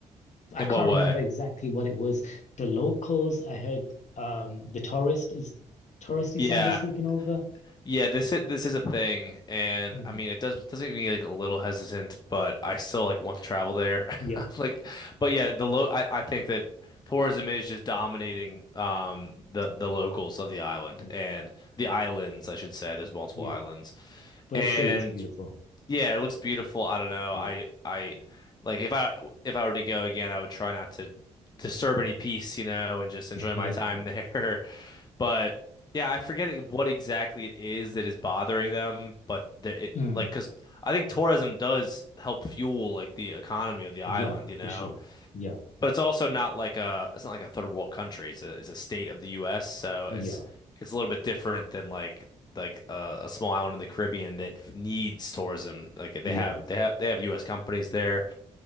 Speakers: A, on the left; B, on the left.
A: I
B: In
A: can't
B: what way?
A: remember exactly what it was. The locals, I heard, um, the tourist is touristy
B: Yeah.
A: side is taken over.
B: Yeah, this is, this is a thing and
A: Mm,
B: I mean it does does make me like a little hesitant, but I still like want to travel there. <laughs>
A: yeah,
B: Like but yeah, the lo I, I think that tourism is just dominating um the
A: um,
B: the locals of the island
A: yeah,
B: and the islands, I should say. There's multiple
A: yeah.
B: islands.
A: But
B: And
A: it still looks beautiful.
B: yeah, it looks beautiful. I don't know.
A: Yeah,
B: I I like if I if I were to go again, I would try not to disturb any peace, you know, and just enjoy
A: <laughs> yeah,
B: my time
A: yeah.
B: there. <laughs> But yeah, I forget it- what exactly it is that is bothering them, but there it
A: Mm,
B: like because I think tourism does help fuel like the economy of the island,
A: yeah,
B: you know.
A: for sure. Yeah,
B: But it's also not like a it's not like a third world country. It's a it's a state of the U.S., so it's
A: yeah,
B: it's a little bit different than like like uh, a small island in the Caribbean that f- needs tourism. Like they
A: yeah.
B: have they have they have U.S. companies there,